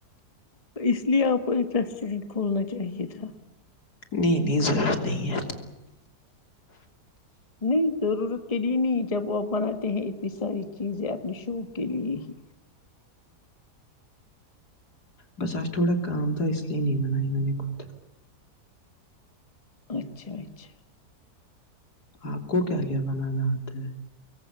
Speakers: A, on the left; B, on the left.
A: تو اس لیے آپ کو ایک ریسٹورینٹ کھولنا چاہیے تھا
B: نہیں نہیں ضرورت نہیں ہے
A: نہیں ضرورت کے لیے نہیں جب وہ آپ بناتے ہیں اتنی ساری چیزیں اپنے شوق کے لیے ہی
B: بس آج تھوڑا کام تھا اس لیے نہیں بنائی میں نےخود
A: اچھا اچھا
B: آپ کو کیا کیا بنانا آتا ہے